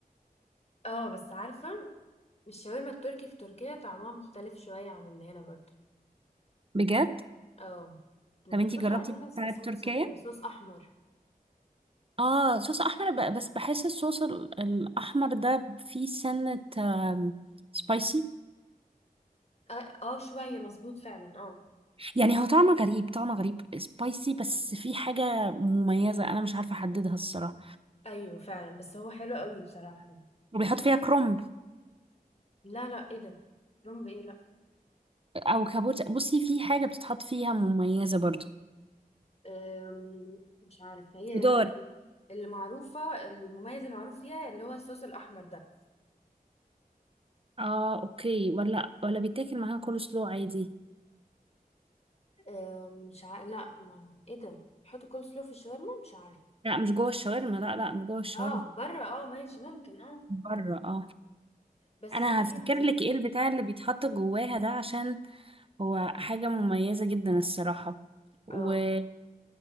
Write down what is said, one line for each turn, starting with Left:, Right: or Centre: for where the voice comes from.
Left: اه بس عارفه الشاورما التركي في تركيا طعمها مختلف شويه عن اللي هنا برضه
Right: بجد
Left: اه وبيحطوا
Right: طب انتي جربتي
Left: عليها ص-
Right: بتاعة
Left: صلصه
Right: تركيا
Left: كده صوص احمر
Right: اه صوص احمر ب- بس بحس الصوص ال- الاحمر ده فيه سنة سبايسي
Left: اه, آه شويه مظبوط فعلا اه
Right: يعني هو طعمه غريب طعمه غريب سبايسي بس فيه حاجة مميزة انا مش عارفة احددها الصراحة
Left: ايوه فعلا بس هو حلو قوي بصراحه
Right: وبيحط فيها كرومب
Left: لا لا ايه ده رمب ايه لا
Right: او كابوت بصي في حاجه بتتحط فيها مميزه برضو
Left: أم، مش عارف هي
Right: خضار
Left: اللي معروفة المميز المعروف فيها اللي هو الصوص الأحمر ده
Right: اه اوكي ولا ولا بيتاكل معاها كول سلو عادي
Left: أم، مش عارف لا ما... ايه ده بيحطوا كول سلو في الشاورما مش عارف
Right: لا مش جوه الشاورما لا لا مش جوه الشاورما
Left: اه بره اه ماشي ممكن اه
Right: بره اه
Left: بس
Right: انا
Left: سيبي
Right: هفتكر
Left: انتي
Right: لك ايه البتاع اللي بيتحط جواها ده عشان هو حاجه مميزه جدا الصراحه وانا
Left: اه